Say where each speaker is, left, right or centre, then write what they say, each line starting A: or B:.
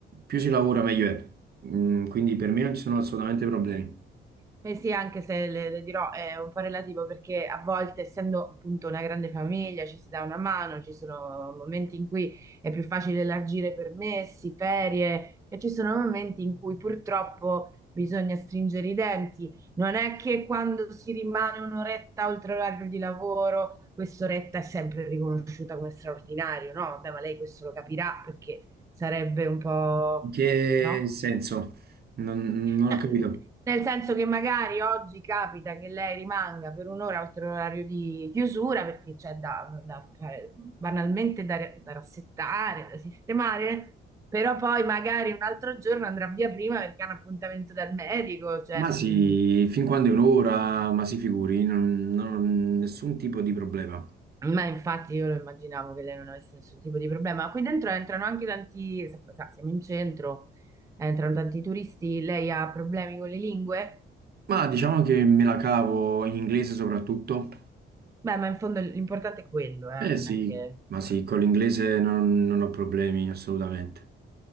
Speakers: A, on the right (about 50°); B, on the right (about 15°).
A: Più si lavora, meglio è. Mm, quindi per me non ci sono assolutamente problemi.
B: Beh sì, anche se le, le dirò è un po' relativo perché a volte, essendo appunto una grande famiglia, ci si dà una mano, ci sono momenti in cui è più facile elargire permessi, ferie e ci sono momenti in cui purtroppo bisogna stringere i denti. Non è che quando si rimane un'oretta oltre l'orario di lavoro, quest'oretta è sempre riconosciuta come straordinario, no? Vabbè, ma lei questo lo capirà perché sarebbe un po',
A: In che
B: no?
A: senso? non non
B: Eh,
A: ho capito.
B: Nel senso che magari oggi capita che lei rimanga per un'ora oltre l'orario di chiusura perché c'è da, da fare- banalmente da, da rassettare, da sistemare, però poi magari un altro giorno andrà via prima perché ha un appuntamento dal medico, cioè
A: Ma
B: non-
A: sì, fin quando è un'ora, ma si figuri, non, non ho nessun tipo di problema.
B: Ma infatti io lo immaginavo che lei non avesse nessun tipo di problema. Qui dentro entrano anche tanti, sa- sa, siamo in centro, entrano tanti turisti, lei ha problemi con le lingue.
A: Ma diciamo che me la cavo in inglese soprattutto.
B: Beh, ma in fondo l'importante è quello, eh,
A: Eh
B: non
A: sì,
B: è che...
A: ma sì, con l'inglese non, non ho problemi assolutamente.